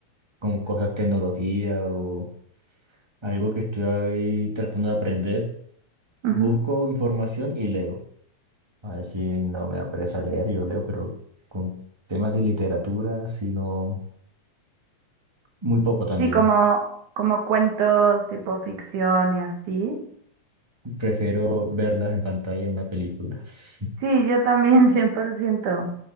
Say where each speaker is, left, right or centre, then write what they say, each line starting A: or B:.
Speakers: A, on the right; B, on the right.
A: como cosas de tecnología o algo que estoy ahí tratando de aprender.
B: Ujú.
A: Busco información y leo. A ver si no me da pereza leer, yo leo, pero con temas de literatura, sino muy poco también.
B: Sí, como, como cuentos tipo ficción y así.
A: Prefiero verlas en pantalla en una película. <laughs>
B: Sí, yo también, <laughs> 100%.